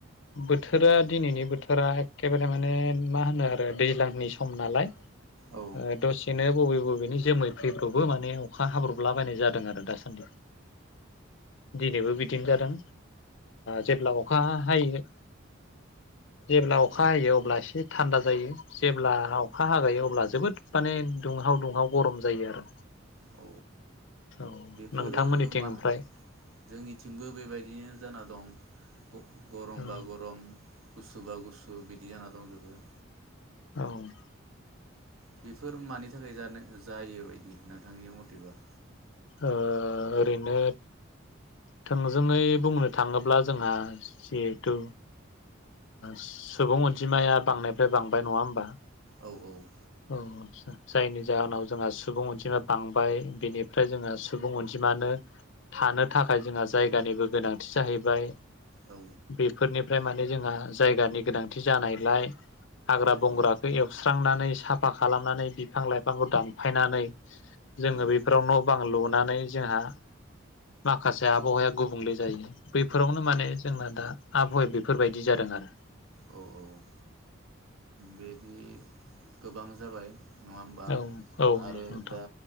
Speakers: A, on the left; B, on the right.
A: बोथोरा दिनैनि बोथोरा एखेबा माने मा होनो आरो दैज्लांनि सम नालाय
B: औ
A: ओ दसेनो बबे बबेनि जोमै फैब्रबो माने अखा हाब्रबलाबायनाय जादों आरो दासान्दि। दिनैबो बिदिनो जादों जेब्ला अखा हा हायो जेब्ला अखा
B: औ
A: अखा हायो अब्ला एसे थान्दा जायो जेब्ला अखा हागायो अब्ला जोबोद माने दुंहाव दुंहाव गरम जायो आरो।
B: औ
A: औ
B: बेफोरो
A: नोंथांमोननिथिं
B: मा
A: ओमफ्राय
B: जोंनिथिंबो बेबायदिनो जाना दं ग-गरमबा
A: औ
B: गरम गुसुबा बा गुसु बिदि जाना दंजोबो।
A: औ ओ
B: बेफोर मानि थाखाय जानो जायो बायदि नोंथांनि मथेबा?
A: ओ ओरैनो थोंजोङै बुंनो थाङोब्ला जोंहा जिहेथु सुबुं ओ अनजिमाया बांनायनिफ्राय बांबाय नङा होमबा?
B: औ औ।
A: औ आदसा जायनि जाहोनाव जोंहा सुबुं अनजिमा बांबाय बेनिफ्राय जोंहा सुबुं अनजिमानो थानो थाखाय जोंहा जायगानिबो गोनांथि जाहैबाय
B: औ
A: बेफोरनिफ्राय माने जोंहा जायगानि गोनांथि जानायलाय हाग्रा बंग्राखौ
B: औ
A: एवस्रांनानै साफा खालामनानै बिफां लाइफांखौ दानफायनानै जोङो
B: औ
A: बेफोराव न बां लु नानै जोंहा माखासे आबहावाया गुबुंले जायो बैफोरावनो माने जोंना दा आबहावाया बेफोरबायदि जादों आरो
B: औ औ बिदि गोबां जाबाय नङा होमबा
A: औ औ
B: आरो
A: नोंथां
B: दा